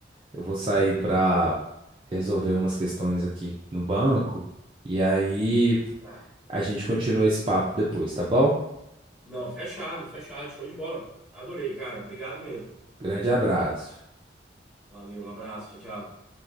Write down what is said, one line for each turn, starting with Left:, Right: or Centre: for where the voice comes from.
Right: eu vou sair para resolver umas questões aqui no banco e aí
Centre: Tá.
Right: a gente continua esse papo depois, tá bom?
Centre: Não, fechado, fechado, show de bola. Adorei, cara. Obrigado mesmo.
Right: Grande abraço.
Centre: Valeu, um abraço, tchau, tchau.